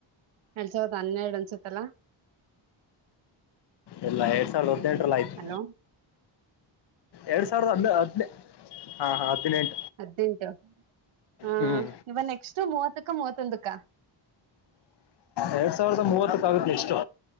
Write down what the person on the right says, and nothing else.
ಎಡ್ ಸವ್ರದ ಹನ್ನೆರಡ ಅನ್ಸುತ್ತಲ್ಲಾ.
ಹಲೋ
ಹದ್ನೆಂಟು. ಹಾ
ಇವ ನೆಕ್ಸ್ಟ್ ಮೂವತ್ತಕ್ಕ ಮೂವತ್ತೊಂದಕ್ಕ.